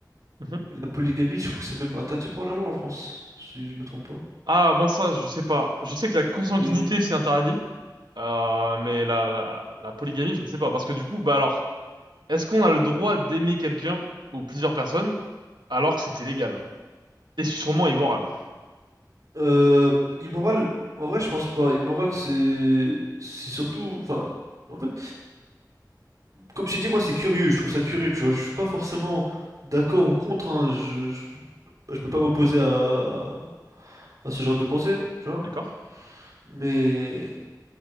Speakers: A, on the right (about 85°); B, on the right (about 50°).
A: Mhm.
B: Et la polygamie, je crois que c'est même interdit par la loi en France, si je me trompe pas.
A: Ah, moi, ça, je sais pas. Je sais que la consanguinité,
B: Mais
A: c'est interdit. Euh, mais la, la, la polygamie, je ne sais pas. Parce que du coup, bah alors, est-ce qu'on a le droit d'aimer quelqu'un ou plusieurs personnes alors que c'était légal? Et sûrement immoral.
B: euh, immoral, en vrai, je pense pas. Immoral, c'est c'est surtout, enfin, en fait, comme je t'ai dit, moi, c'est curieux. Je trouve ça curieux, tu vois. Je suis pas forcément d'accord ou contre. hein. Je, je, je peux pas m'opposer à... à ce genre de pensée, tu vois.
A: D'accord?
B: Mais